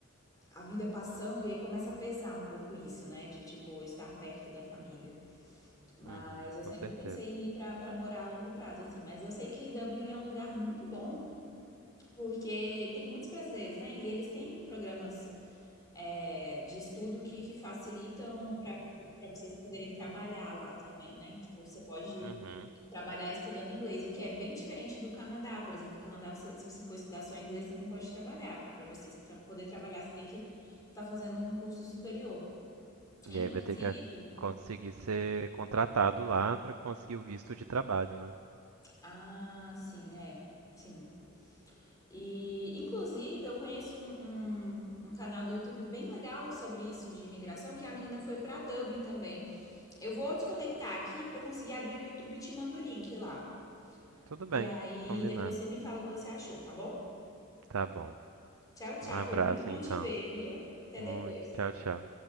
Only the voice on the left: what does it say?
a vida passando e aí começa a pesar um pouco isso, né? De tipo estar perto da família. Mas
eu
sempre
pensei em ir pra para morar a longo prazo, assim. Mas eu sei que Dublin é um lugar muito bom, porque tem muitos brasileiros, né? E eles têm programas é, de estudo que, que facilitam para vocês poderem trabalhar lá também, né? Tipo, você pode
trabalhar estudando inglês, o que é bem diferente do Canadá. Por exemplo, no Canadá, você, se você for estudar só inglês, você não pode trabalhar. Para você tra- poder trabalhar, você tem que estar fazendo um curso superior. Inclusive,
ah, sim, é, sim. E, inclusive, eu conheço um, um, um canal do YouTube bem legal sobre isso de imigração, que a menina foi para Dublin também. Eu vou desconectar aqui para eu conseguir abrir o YouTube e te mando o link lá.
E aí
depois você me fala o que você achou, tá bom?
Tchau, tchau.
Foi muito bom
te ver, viu? Até
depois.